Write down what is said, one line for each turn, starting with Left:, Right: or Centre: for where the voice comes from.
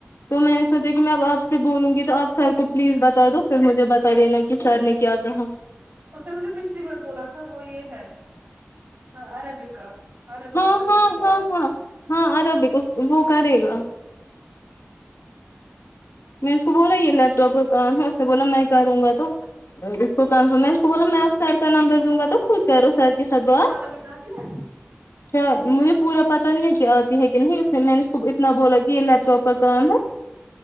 Left: تو میں نے سوچا کہ میں اب آپ سے بولوں گی تو آپ سر کو پلیز بتا دو پھر مجھے بتا دینا کہ سر نے کیا کہا
Right: اس نے مجھے پچھلی بار بولا تھا وہ یہ ہے ہاں اربک کا اربک
Left: ہاں
Right: اگر
Left: ہاں
Right: کسی کو
Left: ہاں
Right: اتی
Left: ہاں ہاں ارابک وہ کرے گا میں اس کو بولا یہ لیپ ٹاپ کا کام ہے اس سے بولا میں کروں گا تو اس کو کنفرم میں اس کو بولا میں سائڈ کا نمبر دوں گا تو خود کرو سرچ کے ساتھ بات
Right: اس کو عربکا آتی ہے
Left: اچھا مجھے پورا پتہ نہیں ہے کہ آتی ہے کی نہیں اس میں نے اتنا بولا کی یے لیپ ٹاپ پر کام ہے